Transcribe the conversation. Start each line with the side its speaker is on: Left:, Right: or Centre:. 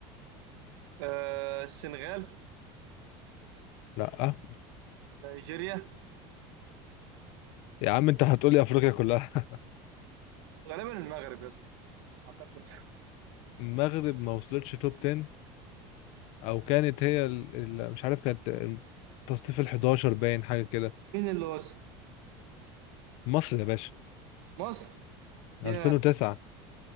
Right: آه، السنغال
Left: لا
Right: نيجيريا
Left: يا عم انت هتقول لي افريقيا كلها <laughs>
Right: غالبا المغرب يا اسطى اعتقد
Left: المغرب ما وصلتش توب 10 او كانت هي ال... ال... مش عارف كانت التصنيف ال 11 باين حاجه كده
Right: مين اللي وصل
Left: مصر يا باشا
Right: مصر
Left: 2009
Right: يا